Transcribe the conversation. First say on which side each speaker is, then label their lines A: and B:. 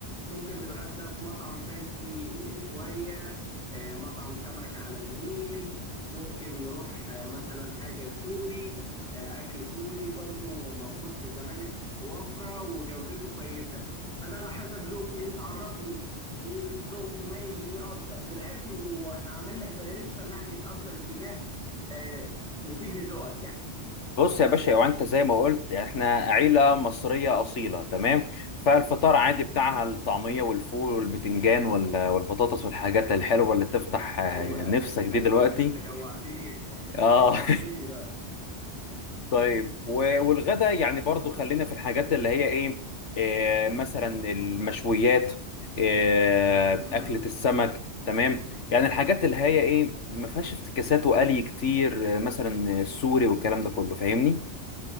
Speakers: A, in the centre; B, on the left.
A: ممكن نتغدى في مطعم فانسي آه، شوية آه، مطعم سمك على النيل ممكن نروح آه، مثلا حاجة سوري آه، أكل سوري برضو موجود في الزمالك بوفرة وجودته كويسة فده على حسب ذوقك أنت عرفني إيه ذوقك مايل لإيه أكتر في الأكل وهعمل لك دايركشن ناحية أكتر اتجاه آه، مفيد لذوقك يعني
B: بص يا باشا لو انت زي ما قلت احنا عيله مصريه اصيله تمام فالفطار عادي بتاعها الطعميه والفول والبتنجان وال- والبطاطس والحاجات الحلوه اللي تفتح آه،
A: أيوه
B: نفسك دي
A: أيوه
B: دلوقتي
A: يا باشا أنت جوعتني <laughs>
B: اه
A: أنت جوعتني
B: <laughs>
A: دلوقتي
B: طيب و- والغدا يعني برضو خلينا في الحاجات اللي هي ايه آه، مثلا المشويات آه،
A: مم.
B: اكلة السمك تمام يعني الحاجات اللي هي ايه ما فيهاش افتكاسات وقلي كتير آه، مثلا السوري والكلام ده كله فاهمني